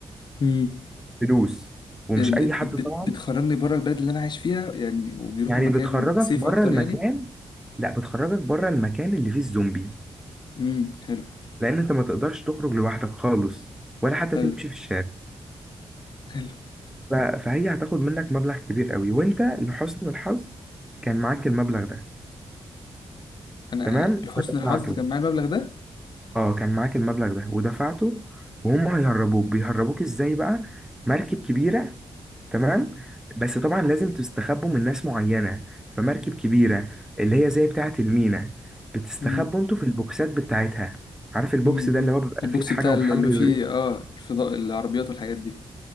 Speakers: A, on the left; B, in the centre.
A: امم
B: فلوس ومش
A: ال...
B: أي
A: بت...
B: حد
A: بت-
B: طبعا
A: بتخرجني بره البلد اللي أنا عايش فيها يعني وبيروحوا
B: يعني
A: مكان
B: بتخرجك
A: سيف
B: بره
A: أكتر
B: المكان
A: يعني
B: لا بتخرجك بره المكان اللي فيه الزومبي
A: امم حلو
B: لان انت ما تقدرش تخرج لوحدك خالص ولا حتى
A: حلو
B: تمشي في الشارع
A: حلو
B: ف- فهي هتاخد منك مبلغ كبير قوي وانت لحسن الحظ كان معاك المبلغ ده
A: أنا
B: تمام
A: لحسن
B: فدفعته
A: الحظ كان معايا المبلغ ده
B: اه كان معاك المبلغ ده ودفعته وهم هيهربوك بيهربوك ازاي بقى مركب كبيرة تمام بس طبعا لازم تستخبوا من ناس معينة فمركب كبيرة اللي هي زي بتاعة المينا بتستخبوا
A: امم
B: انتوا في البوكسات بتاعتها عارف البوكس
A: امم
B: ده اللي هو بيبقى
A: البوكس
B: فيه الحاجة
A: بتاع
B: ومحمل
A: اللي بيبقى فيه اه الفضاء العربيات والحاجات دي